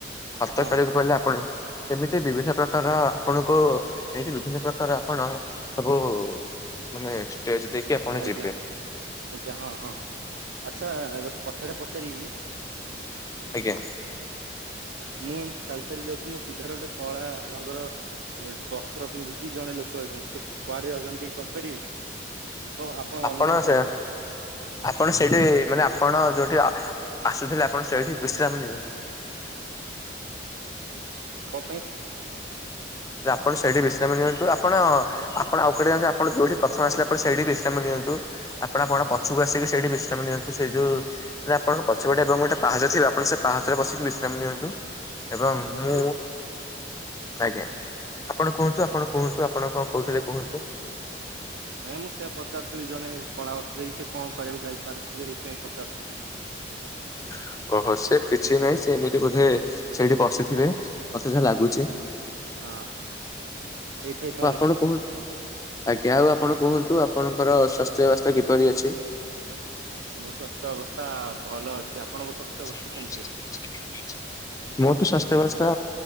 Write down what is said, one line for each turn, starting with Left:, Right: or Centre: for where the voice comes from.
Left: ଖତ
Right: ହଁ
Left: କରିବାକୁ ପଡିଲେ, ଆପଣ ଏମିତି ବିଭିନ୍ନ ପ୍ରକାର ଆପଣଙ୍କୁ, ଏମିତି ବିଭିନ୍ନ ପ୍ରକାର ଆପଣ ସବୁ ମାନେ ଷ୍ଟେଜ ଦେଇକି ଆପଣ
Right: ଆଜ୍ଞା।
Left: ଯିବେ
Right: ଆଜ୍ଞା। ହଁ ହଁ। ଆଚ୍ଛା, ଗୋଟେ କଥାଟା ପଚାରିବି?
Left: ଆଜ୍ଞା।
Right: ମୁଁ ଏମିତି ଚାଲି ଚାଲି ଯାଉଛି ମୋ ସିଧାର ଗୋଟେ କଳା ରଙ୍ଗର ବସ୍ତ୍ର ପିନ୍ଧିକି ଜଣେ ଲୋକ ଅଛନ୍ତି। ସେ କୁଆଡେ ଅଛନ୍ତି ଟ କହିପାରିବେ। କଣ ଆପଣଙ୍କ
Left: ଆପଣ
Right: ଅନୁମାନ କଣ
Left: ସେ, ଆପଣ ସେଇଠି। ମାନେ ଆପଣ ଯୋଉ ଆସୁଥିଲେ। ଆପଣ ସେଇଠି ବିଶ୍ରାମ ନିଅନ୍ତୁ।
Right: ଦେ। କ ପାଇଁ।
Left: ଆପଣ ସେଇଠି ବିଶ୍ରାମ ନିଅନ୍ତୁ। ଆପଣ, ଆପଣ ଆଉେ ଯାନ୍ତୁ। ଆପଣ ଯଉଠି ପ୍ରଥମ ଆସିଲା ପରେ ସେଠି ବିଶ୍ରାମ ନିଅନ୍ତୁ। ଆପଣ ଆପଣ ପଛକୁ ଆସିକି ସେଇଠି ବିଶ୍ରାମ ନିଅନ୍ତୁ। ସେଇ ଯୋଉ ଆପଣଙ୍କ ପଛ ବାଟେ, ଗୋଟେହା ଯ ଥିବ ଆପଣ ସେ ପାହାଚ ହାତରେ ବସିକି ବିଶ୍ରାମ ନିଅନ୍ତୁ। ଏବଂ,
Right: ଆଜ୍ଞା
Left: ମୁଁ।
Right: ହଉ
Left: ଆଜ୍ଞା। ଆପଣ କୁହନ୍ତୁ।
Right: ଆଜ୍ଞା
Left: ଆପଣ କୁହନ୍ତୁ। ଆପଣଙ୍କ କହୁଥିଲେ କୁହନ୍ତୁ।
Right: ନାଇଁ। ମୁଁ ସେଆ ପଚାରୁଥିଲି। ଜଣେ କଳା ବସ୍ତ୍ର ହେଇକି, ସେ କଣ କରିବାକୁ ଯାଇପାରୁଥିବେ। ସେଇଥିପାଇଁ ପଚାରୁଥିଲି।
Left: <inaudible> ଓହୋ। ସେ କିଛି ନାହିଁ। ସେ ଏମିତି ବୋଧେ ସେଇଠି ବଶିଥିବେ। ମତେ ଯାହା ଲାଗୁଛି।
Right: ହଁ ହେଇଥାଇପାରେ
Left: ଆପଣ କୁହନ୍ତୁ। ଆଜ୍ଞା ଆଉ ଆପଣ କୁହନ୍ତୁ ଆପଣଙ୍କର ସ୍ୱାସ୍ଥ୍ୟ ବ୍ୟବସ୍ଥା କିପରି ଅଛି?
Right: ଆମ ସ୍ୱାସ୍ଥ୍ୟ ଅବସ୍ଥା ଭଲ ଅଛି। ଆପଣଙ୍କ
Left: <unintelligible>
Right: ସ୍ୱାସ୍ଥ୍ୟ ଅବସ୍ଥା କେମିତି ଅଛି
Left: ମୋ ତ ସ୍ୱାସ୍ଥ୍ୟ ବେବସ୍ତା